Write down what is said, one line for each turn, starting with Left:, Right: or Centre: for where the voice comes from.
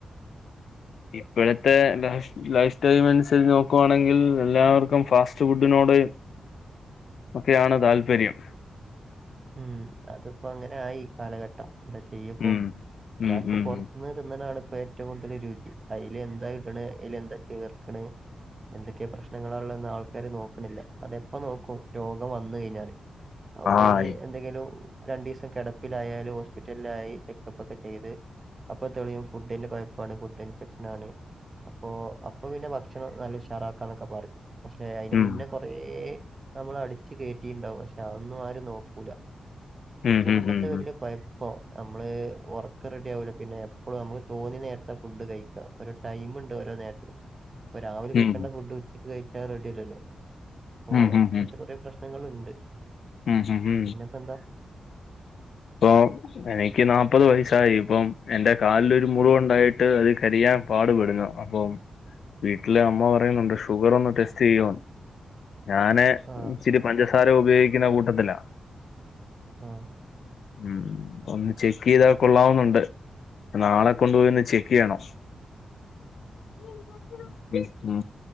Left: ഇപ്പഴത്തെ ലൈ ലൈഫ് സ്റ്റൈം അനുസരിച്ച് നോക്കുവാണെങ്കിൽ എല്ലാവർക്കും ഫാസ്റ്റ് ഫുഡിനോട് ഒക്കെയാണ് താല്പര്യം
Right: ഉം അതിപ്പോ അങ്ങനെ ആയി കാലഘട്ടം എന്താച്ചെയ്യപ്പോ
Left: ഉം
Right: എല്ലാർക്കുംപൊറത്ത്
Left: ഉം ഉം ഉം
Right: ന്ന് തിന്നണതാണ് ഇപ്പ ഏറ്റവും കൂടുതൽ രുചി അതിൽ എന്താ ഇടണ് അയ്ൽ എന്താ ചേർക്കണ് എന്തൊക്കെയ പ്രശ്നങ്ങളാള്ളെന്ന് ആൾക്കാര് നോക്കണില്ല അതെപ്പോ നോക്കും രോഗം വന്ന് കഴിഞ്ഞാല് ഒക്കെ
Left: ആയി
Right: ഇനി എന്തെങ്കിലും രണ്ടു ദിവസം കിടപ്പിലായാലും ഹോസ്പിറ്റലിലായി ചെക്കപ്പ് ഒക്കെ ചെയ്ത് അപ്പൊ തെളിയും ഫുഡിന്റെ കുഴപ്പാണ് ഫുഡ് ഇൻഫെക്ഷൻ ആണ് അപ്പൊ അപ്പൊ പിന്നെ ഭക്ഷണം നല്ല ഉഷാറാക്കാന്നൊക്കെ പറയും പക്ഷെ അയ്ന്
Left: ഉം
Right: മുന്നേ കൊറേ നമ്മൾ അടിച്ചു കയറ്റിണ്ടാവും പക്ഷെ അതൊന്നും ആര് നോക്ക ക്കൂല ഇതൊക്കെ
Left: ഉം
Right: ആണ്
Left: ഉം
Right: ഇപ്പത്തെ
Left: ഉം ഉം
Right: വല്യ കുഴപ്പം നമ്മള് ഉറക്ക് റെഡി ആവൂല പിന്നെ എപ്പളും നമുക്ക് തോന്നി നേരത്ത ഫുഡ് കഴിക്കാ ഒരു ടൈംമുണ്ട് ഓരോ നേരത്തിന് പ്പൊ രാവിലെ കഴിക്കേണ്ട
Left: ഉം
Right: ഫുഡ് ഉച്ചക്ക് കഴിച്ചാൽ റെഡി അല്ലല്ലോ അപ്പൊ
Left: ഉം ഉം
Right: അങ്ങനത്തെ
Left: ഉം
Right: കൊറെ പ്രശ് ശ്നങ്ങള്ണ്ട്
Left: ഉം മ്ഹ് ഹ്
Right: പ്പെന്താ
Left: ഇപ്പോം എനിക്ക് നാല്പത് വയസായി ഇപ്പം എന്റെ കാലിലൊരു മുറിവുണ്ടായിട്ട് അത് കരിയാൻ പാടുപെടുന്നു അപ്പം വീട്ടിലെ അമ്മ പറയുന്നുണ്ട് ഷുഗർ ഒന്ന് ടെസ്റ്റ് ചെയ്യോന്ന് ഞാന്
Right: ആ
Left: ഇച്ചിരി പഞ്ചസാര ഉപയോഗിക്കുന്ന കൂട്ടത്തില
Right: ആഹ്
Left: ഉം ഒന്ന് ചെക്ക് ചെയ്ത കൊള്ളാവുന്നുണ്ട് നാളെ കൊണ്ടു പോയി ഒന്ന് ചെക്ക് ചെയ്യണം ഉം ഉം